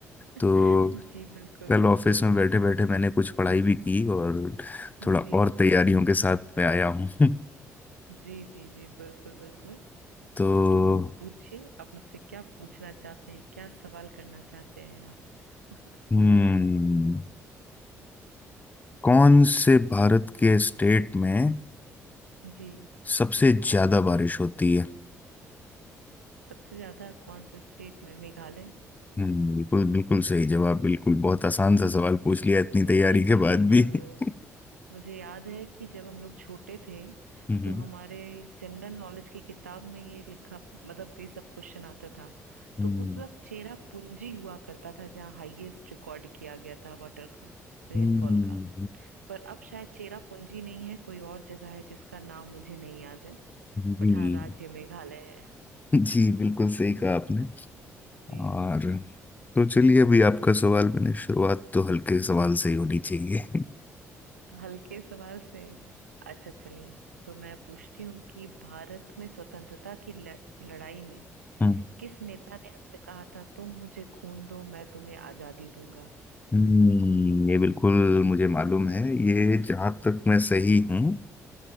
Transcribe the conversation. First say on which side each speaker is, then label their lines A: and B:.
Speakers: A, on the right (about 85°); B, on the left (about 20°).
A: <laughs>
B: तो
A: जी बिल्कुल
B: कल
A: बिल्कुल
B: ऑफिस में बैठे बैठे मैंने कुछ पढ़ाई भी की और थोड़ा
A: जी
B: और तैयारियों के साथ मैं आया हूँ <laughs>
A: जी जी जी बिल्कुल बिल्कुल
B: तो
A: तो पूछिए आप मुझसे क्या पूछना चाहते हैं क्या सवाल करना चाहते हैं आप <laughs>
B: हम्म कौन से भारत के स्टेट में
A: जी
B: सबसे ज्यादा बारिश होती है
A: सबसे ज्यादा कौन से स्टेट में मेघालय
B: हम्म, बिल्कुल बिल्कुल सही जवाब बिल्कुल बहुत आसान सा
A: जी
B: सवाल पूछ लिया इतनी तैयारी
A: जी जी
B: के बाद
A: बिल्कुल
B: भी <laughs>
A: मुझे याद है कि जब हम लोग छोटे थे
B: हम्म
A: तो हमारे जनरल नॉलेज की किताब में ये लिखा मतलब ये सब क्वेश्चन आता था
B: हम्म,
A: तो उस वक्त चेरा पूंजी हुआ करता था जहाँ हाईएस्ट रिकॉर्ड किया गया था वाटर का रेनफॉल
B: हम्म,
A: का पर अब शायद चेरा पूंजी नहीं है कोई और जगह है जिसका नाम मुझे नहीं याद है
B: हम्म, जी
A: बट हाँ राज्य मेघालय है
B: जी बिल्कुल सही कहा आपने
A: जी
B: और तो चलिए अभी आपका सवाल मैंने शुरुआत तो हल्के सवाल से ही होनी चाहिए
A: हल्के सवाल से अच्छा चलिए तो मैं पूछती हूँ कि भारत में स्वतंत्रता की ल- लड़ाई में
B: हम्म
A: किस नेता ने हमसे कहा था तुम मुझे खून दो मैं तुम्हें आजादी दूंगा
B: हम्म, ये बिल्कुल मुझे मालूम है ये जहां तक मैं सही हूँ